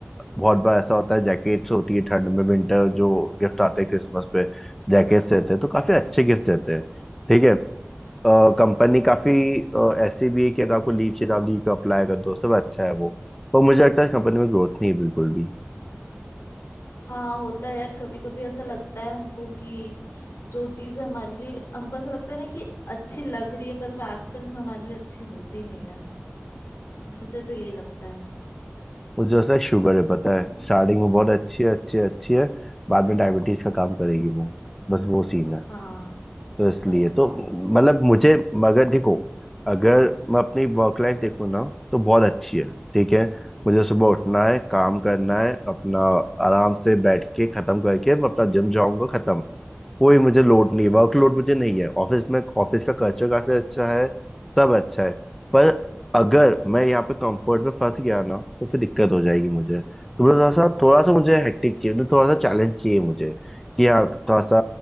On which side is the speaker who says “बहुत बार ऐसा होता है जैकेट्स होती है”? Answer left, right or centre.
Centre